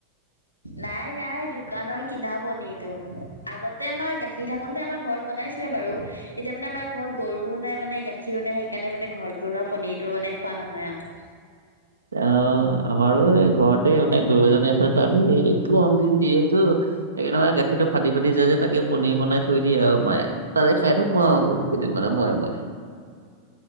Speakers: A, on the left; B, on the right.
A: নাই নাই দোকানৰ কিনা পনীৰটো। আগতে আমাৰ গাখীৰ থাকোতে আমাৰ ঘৰত বনাইছিলে বাৰু। এতিয়া মানে আমাৰ ঘৰত গৰুও নাই মানে গাখীও নাই, সেইকাৰণে মানে ঘৰত বনোৱা পনীৰতো মানে খোৱা নহয় আৰু।
B: আহ, আমাৰো এই ঘৰতে মানে গৰু এজনী আছে তাৰেই গৰম দিন যিহেতু সেইকাৰণে মানে গাখীৰটো ফাটি ফাটি যায় যে তাকে পনীৰ বনাই থৈ দিয়ে আৰু মায়ে। তাকে খাই থাকোঁ আৰু কেইদিনমানৰ মোয়ে মোয়ে।